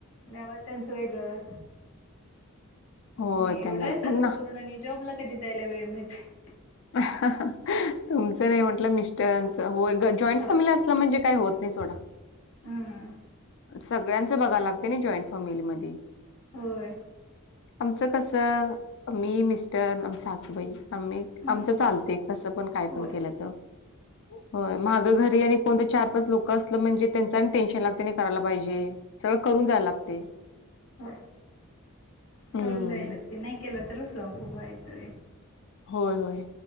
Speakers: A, on the left; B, on the left.
A: नव त्यांचं वेगळं.
B: होय
A: म एवढं
B: त्यांना
A: सगळं
B: मग ना
A: करून आणि जॉबला कधी जायला वेळ मिळतोय.
B: तुमचं नाही म्हटलं मिस्टरच हो जॉईंट
A: होय
B: फॅमिली अस म्हणजे काही होत नाही सोडा.
A: हां.
B: सगळ्यांचं बघा लागत नाइ जॉईंट फॅमिलीमध्ये.
A: होय.
B: आमचं कसं, मी मिस्टर आमची सासूबाई आम्ही
A: हं
B: आमच चालत कस पण काय
A: होय
B: पण केलं तर, हो मागं घरी आणि कोणत चार पाच लोक असलं म्हणजे त्यांचा टेन्शन लागतय नाही करायला पाहिजे, सगळं करून जाय लागतय.
A: हो,
B: हं.
A: करून जाय लागतय नाही केलं तर रुसवा फुगवा येतोय.
B: होय होय,